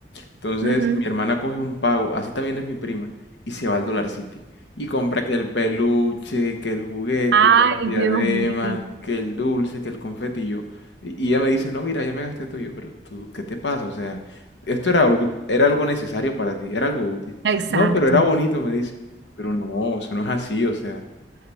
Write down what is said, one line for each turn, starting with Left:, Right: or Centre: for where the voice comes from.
Left: Entonces,
Right: ujú.
Left: mi hermana coge un pago, así también es mi prima, y se va al Dollar City. Y compra que el peluche, que el juguete,
Right: Ay,
Left: que las diademas,
Right: Dios mío.
Left: que el dulce, que el confeti. Y yo, y y ella me dice, no, mira, ya me gasté todo. Y yo, pero tú, ¿qué te pasa? O sea, esto era algo, era algo necesario para ti, era algo útil.
Right: Exacto.
Left: No, pero era bonito, me dice. Pero no, eso no es así, o sea,